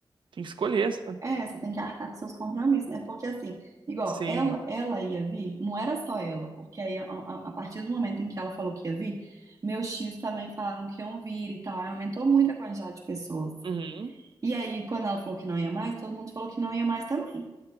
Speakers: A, on the right; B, on the right.
A: Tem que escolher, sabe?
B: É, você tem que arcar com seus compromissos, né? Porque assim, igual,
A: Sim.
B: ela, ela ia vir, não era só ela, porque aí a, a- a partir do momento em que ela falou que ia vir, meus tios também falaram que iam vir e tal. Aí aumentou muito a quantidade de pessoas.
A: Uhum.
B: E aí, quando ela falou que não ia mais, todo mundo falou que não ia mais também.